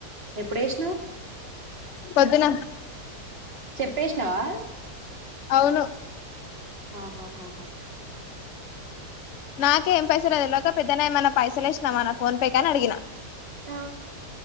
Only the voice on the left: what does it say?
పొద్దున
అవును
నాకే ఏం పైసరాది తెల్వక పెద్దనే మన పైస లే ఇష్ినామా ఫోన్ పే కానీ అడిినా